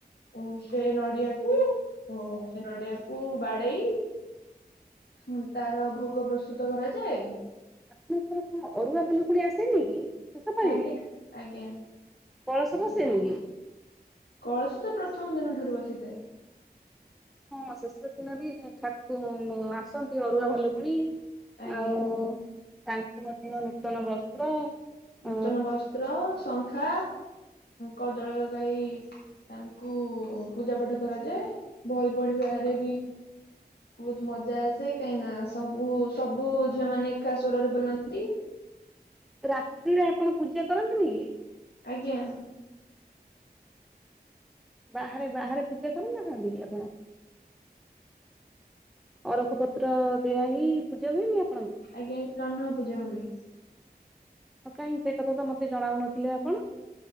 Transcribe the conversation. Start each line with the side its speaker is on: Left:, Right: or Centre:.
Left: ଉ ସେ ନଡିଆକୁ ଓ ସେ ନଡିଆକୁ ବାଡେଇ- ହୁଁ ତାର ଭୋଗ ପ୍ରସ୍ତୁତ କରାଯାଏ।
Centre: ଆପଣଙ୍କଣ ଅରୁଆ ଭାଲୁକୁଣି ଆସେନି କି? ଶେଷ ପାଳିରେ
Left: ଆଜ୍ଞା ଆଜ୍ଞା।
Centre: କଳସ ବସେନି କି?
Left: କଳସ ତ ପ୍ରଥମ ଦିନ ଠାରୁ ବସିଥାଏ।
Centre: ହଁ ଶେଷ ଦିନ ବି ଠାକୁ ଆସନ୍ତି ଅରୁଆ ଭାଲୁ ଭୁଣୀ।
Left: ଆଜ୍ଞା
Centre: ଆଉ ତାଙ୍କୁ ମଧ୍ୟ ନୂତନ ବସ୍ତ୍ର।
Left: ନୂତନ
Centre: ଅ
Left: ବସ୍ତ୍ର ଶଙ୍ଖା କଜଳ ଲଗାଇ- ତାଙ୍କୁ ପୂଜା ପାଠ କରାଯାଏ ବହି ପଢିବାରେ ବି ବହୁତ ମଜା ଆସେ କାହିଁ ନା ସବୁ ସବୁ ଝିଅ ମାନେ ଏକା ଶ୍ୱରରେ ବୁଲନ୍ତି।
Centre: ରାତ୍ରିରେ ଆପଣ ପୂଜା କରନ୍ତିନି କି?
Left: ଆଜ୍ଞା।
Centre: ବାହାରେ ବାହାରେ ପୂଜା କରୁନାଥାନ୍ତି କି ଆପଣ? ଅରଖ ପତ୍ର ଦିଆ ହେଇ ପୂଜା ହୁଏ ନି ଆ
Left: ଆଜ୍ଞା ଜହ୍ନ ପୂଜା ହୁଏ।
Centre: କାହିଁ ସେ କଥା ତ ମତେ ଜଣାଉନଥିଲେ ଆପଣ?